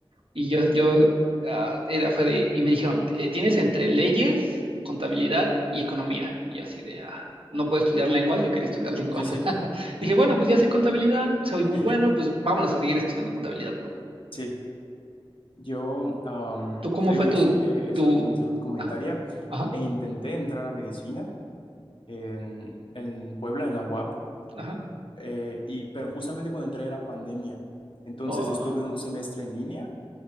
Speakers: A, on the right; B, on the left.
A: Y yo, yo, ah, era, fue de, y me dijeron, "Eh, tienes entre leyes, contabilidad y economía. Y yo así de, "Ah, no puedo estudiar lenguas, yo quería estudiar lenguas.
B: sí, sí,
A: <laughs> Dije, bueno, pues ya sé contabilidad, soy
B: <laughs>
A: muy bueno, pues vámonos a seguir estudiando contabilidad, ¿no?
B: sí, Yo, am,
A: ¿Tú cómo
B: te digo,
A: fue
B: yo
A: tu,
B: estudié eso,
A: tu,
B: ingeniería de salud comunitaria,
A: ajá, ajá,
B: e intenté entrar a medicina en, en Puebla, en la UAP,
A: ajá,
B: eh, y, pero justamente cuando entré era pandemia. Entonces
A: oh,
B: estuve un semestre en línea